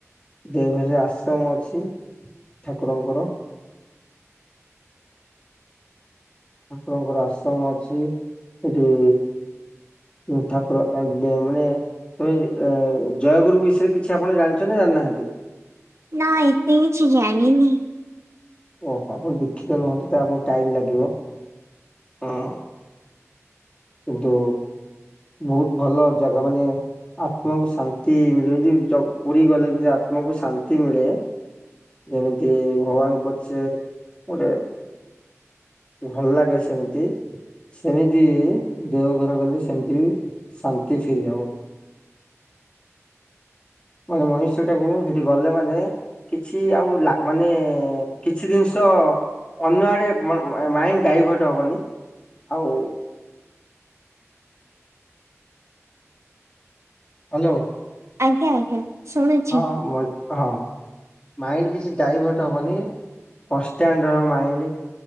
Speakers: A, on the left; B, on the right.
A: ଦେଓଘରୀରେ ଆଶ୍ରମ ଅଛି ଠାକୁରଙ୍କର ଠାକୁରଙ୍କର ଆଶ୍ରମ ଅଛି ହେଟି ଯୋଉ ଠାକୁର <unintelligible> ମାଣେ ତମେ ଜୟଗୁରୁ ବିଷୟରେ କିଛି ଆପଣ ଜାଣିଛ ନା ଜାଣିନାହାନ୍ତି।
B: ନା ଏତେ କିଛି ଜାଣିନି।
A: ଓହୋ ଆପଣ ଦୀଖିତ ନୁହନ୍ତିୁ ତ ଆମକୁ ଟାଇମ ଲାଗିବ ହୁଁ। କିନ୍ତୁ ବହୁତ ଭଲ ଜାଗା ମାନେ ଆତ୍ମାକୁ ଶାନ୍ତି ମିଳେ ଯେମତି ଜ ପୁରୀ ଗଲେ ଯେମିତି ଆତ୍ମାକୁ ଶାନ୍ତି ମିଳେ। ଯେମିତି ଭଗବାନ କରୁଛେ ଗୋଟେ ଭଲ ଲାଗେ ସେମିତି ସେମିତି ଦେଓ ଘର ଗଲେ ସେମିତି ବି ଶାନ୍ତି ଫିଲ୍ ହବ। ମାନେ ମନୁଷ୍ୟଟାକୁ ହେଟି ଗଲେ ମାନେ କିଛି ଆଉ ଲାଗ ମାନେ କିଛି ଜିନିଷ ଅନ୍ୟ ଆଡ଼େ ମ ମା ମାଇଣ୍ଡ ଡାଇଭର୍ଟ ହବନି ଆଉ ହାଲୋ।
B: ଆଜ୍ଞା ଆଜ୍ଞା ଶୁଣୁଛି
A: ହଁ ମୁ ହଁ। ମାଇଣ୍ଡ କିଛି ଡାଇଭର୍ଟ ହବନି କନଷ୍ଟାଣ୍ଟ ରହିବ ମାଇଣ୍ଡ।